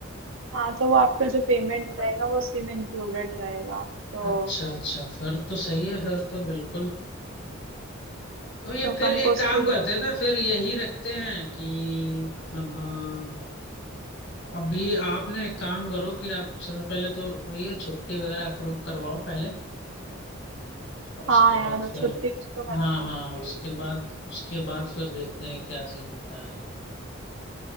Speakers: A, on the right; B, on the left.
A: हाँ तो वो आपका जो पेमेंट रहेगा वो उसी में इंक्लूडेड रहेगा तो
B: अच्छा अच्छा फिर तो सही है फिर तो बिल्कुल तो ये
A: तो अपन
B: फिर एक
A: को उसकी
B: काम करते
A: भी
B: हैं ना फिर यही रखते हैं कि मतलब अ, अभी आपने एक काम करो कि आप सबसे पहले तो वही है छुट्टी वगैरह अप्रूव करवाओ पहले और उसके
A: हाँ यार
B: बाद
A: छुट्टी
B: फिर
A: तो करवानी
B: हाँ हाँ
A: पड़ेगी
B: उसके बाद उसके बाद फिर देखते हैं क्या सीन होता है आगे